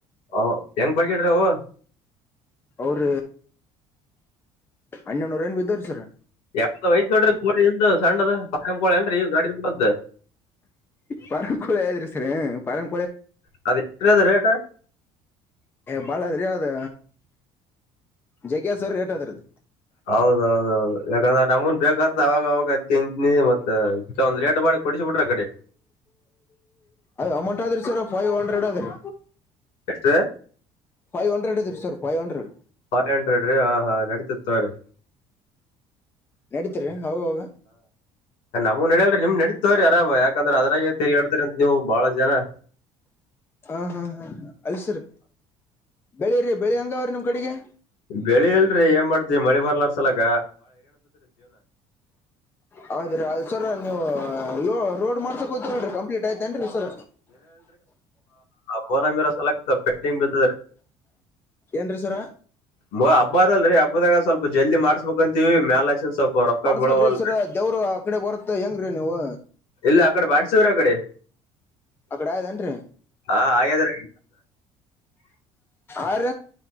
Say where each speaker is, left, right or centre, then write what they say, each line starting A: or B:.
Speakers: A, on the left (about 75°); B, on the left (about 20°).
A: ಹ ಹೆಂಗ್ ಬಡ್ರವು
B: ಅವ್ರ ಅಣ್ಣನರ ಏನ್ ಬಿದ್ದಾರ ಸರ್
A: ಎವ್ದ ವಯ್ತೋಡ್ರಿ ಕೋಳ ಸಣ್ಣದ ಪಂ ಕೋಳ ಅಏನ್ಗಾಡಿದ್ದ
B: ಪರಂಕುಳ ಇದ್ರಿ ಸರ ಪರಂ
A: ಅದ ಎದ ರೇಟ
B: ಬಾಳದ್ರಿ ಯಾವದ ಜಗ್ಸರ್ ಟ್ದ್ರದು
A: ಹೌದೌದೌದು ಯಾಕಂದ್ರೆ ನಮನ್ ಬೇಕತ ಅವಾಗ ಅವಾಗ ಅದ್ಂತ ಮತ್ತ. ಒಂದ ರೇಟ್ ಮಾಡಿ ಕೊಡಿಸಿ ಬಿಟ್ರೆ ಕಡೆ
B: ಅಮೌಂಟ್ ಆದ್ರಿ ಸರ್ ಫೈವ್ ಹಂಡ್ರೆಡ್ ಅದ್ರಿ
A: ಎಷ್ಟ
B: ಫೈವ್ ಹಂಡ್ರೆಡ್ ಇದೆ ಸರ್ಫೈವ ಹಂಡ್ರಡ್
A: ಫೈ್ ಹಂಡ್ರೆಡ್ ಹ ಹಾ ನಡೀತತ್ ಅವ್ರೀ
B: ನಡೀತರಿಹೋಗಾಗ
A: ನವು ನಡಲ್ರಿ ನಿಮ್ ನಡೀತವ್ರಿ ಆರಾಮ ಯಾಕಂದ್ರೆ ಅದ್ರಾಗೆ ತಿರಿಗಾಳ್ತ್ಅಂತ ನೀವು ಬಹಳ ಜನ
B: ಹ ಹಾ ಹಾ ಹಾ ಅಲ್ಸರಿ ಬೆಳಿರಿ ಬೆಳಿ ಹಂಗ ಅವ್ರ ನಿಮ ಕಡೆಗೆ
A: ಬೆಳಿ ಇಲ್ರಿ ಏನ್ ಮಾಡ್ತಿವಿ ಮಳೆ ಬರ್ಲಾರ ಸಲಾಗ
B: ಹದ್ರೆ ಅದು ಸರ ನೀವು. ರೋಡ್ ಮಾಡಸಕ ಹೀ ಕಂಪ್ಲಟ್ ಆಯ್ತೇರ್ರ್ ಸರ
A: ವಓರಾಮಿರ ಸಲಕ ಪಿಂಗ್ ಬತ್ತದರಿ
B: ಎಂದ್ರ ಸವರ.
A: ಮ ಹಬ್ಬದ ಅಲ್ರರಿ ಹಬ್ಬದಾಗ ಸ್ವಲ್ಪ ಜಲ್ದಿ ಮಾಡ್ಸ್ಕಕ್ ಅಂತೀವಿ ಮೇಾಲಸ ಸ್ವಲ್ಪ ರೊಕ್ಕ
B: ಮಾಡಸ್ಬೇಕ್ರೀವರ
A: ಬೀಳವಲ್
B: ದೇವ್ರು ಆ ಕಡೆ ಬರತ್ ಹೆಂಗ್ರೀ ನೀವು
A: ಇಲ್ಲ ಆ ಕಡೆ ವಾರಸವರ ಕಡೆ.
B: ಅಕಡ ಇದಏನ್ರಿ
A: ಹಾ ಆಗ್ಯಾದ್ರಿ
B: ಆರ.